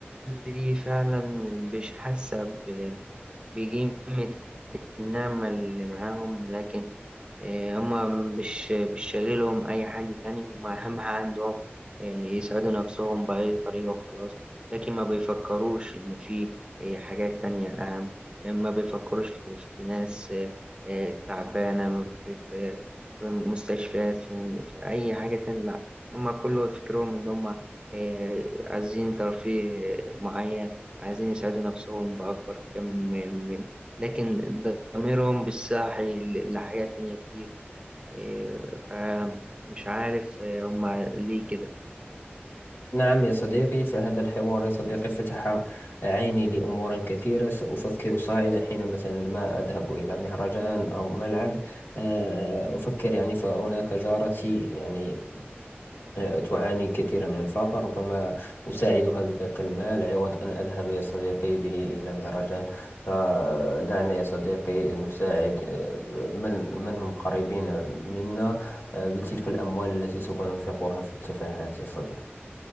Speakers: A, on the right; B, on the left.
A: دي فعلا مش حاسة ب- بقيمة النعمة اللي معاهم لكن آه، هما مش مش شاغلهم أي حاجة تاني هما أهم حاجة عندهم آه، يسعدوا نفسهم بأي طريقة وخلاص لكن ما بيفكروش إن في آه، حاجات تانية أهم آه، ما بيفكروش في, في ناس آه، آه، تعبانة في, في, في مستشفيات في, في أي حاجة تانية لأ هما كله فكرهم إن هما آه، عايزين ترفيه آه، معين عايزين يسعدوا نفسهم بأكبر كم لكن ضميرهم بالساعي لحاجات تانية كتير إيه، فمش عارف إيه، هما ليه كده
B: نعم يا صديقي فهذا الحوار يا صديقي فتح عيني لأمور كثيرة سأفكر صاعدا حين مثلا ما أذهب إلى مهرجان أو ملعب آه، أفكر يعني فهناك جارتي يعني آه، تعاني كثيرا من الفقر ربما أساعدها بذاك المال عوض أن أذهب يا صديقي به إلى مهرجان فدعنا يا صديقي نساعد آه، من من هم قريبين منا آه، بتلك الأموال التي سوف ننفقها في التفاهات يا صديقي